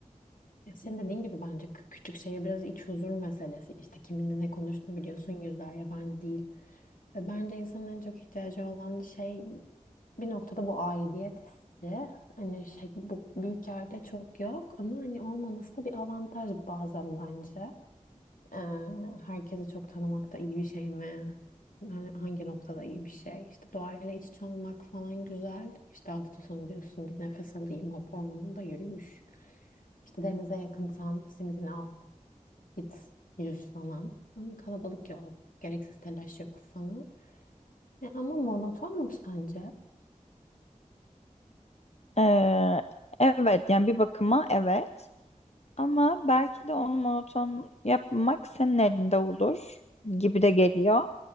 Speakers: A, on the left; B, on the left.
A: Senin dediğin gibi bence kü- küçük şehir biraz iç huzur meselesi. İşte kiminle ne konuştuğunu biliyorsun yüzler yabancı değil. Ve bence insanın en çok ihtiyacı olan şey bir noktada bu aidiyet hissi. Hani şey bu büyük yerde çok yok ama hani olmaması da bir avantaj bazen bence. Ee, herkesi çok tanımak da iyi bir şey mi? Yani hangi noktada iyi bir şey? İşte doğayla iç içe olmak falan güzel. İşte hafta sonu diyorsun bir nefes alayım hop ormanda yürüyüş. İşte denize yakınsan simidini al git yüz falan. Ama kalabalık yok. Gereksiz telaş yok falan. Ya ama monoton mu sence?
B: E, evet yani bir bakıma evet. Ama belki de onu monoton yapmak senin elinde olur gibi de geliyor.